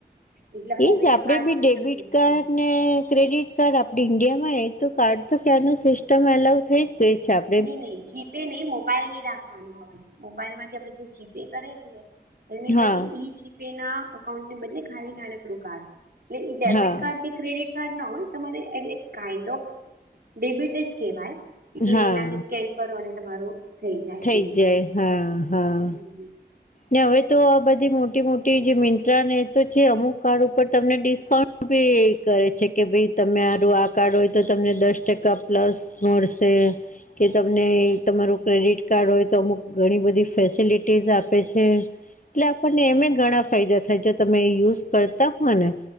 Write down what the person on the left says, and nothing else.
એજ
આપડે
બી
ડેબિટ
કાર્ડ
ને ક્રેડિટ કાર્ડ આપડી ઇન્ડિયા માં હ તો કાર્ડ તો ક્યાંનું સિસ્ટમ અલાઉ થઈ જ ગઈ છે આપ
હા
હા
હા
થઈ
જાય હા હા.
ને હવે તો આ બધી મોટી મોટી જે મિંત્રા ને તો છે અમુક કાર્ડ ઉપર તમને ડિસ્કાઉન્ટ ભી એ કરે છે કે ભાઈ તમારુ
આ કાર્ડ હોય તો તમને દસ ટકા પ્લસ મળશે કે તમને તમારું
ક્રેડિટ કાર્ડ હોય તો અમુક ઘણી બધી ફેસિલિટીઝ આપે એટલે આપણને એમે ઘણા ફાયદા થાય જો તમે યુઝ કરતા હોય ને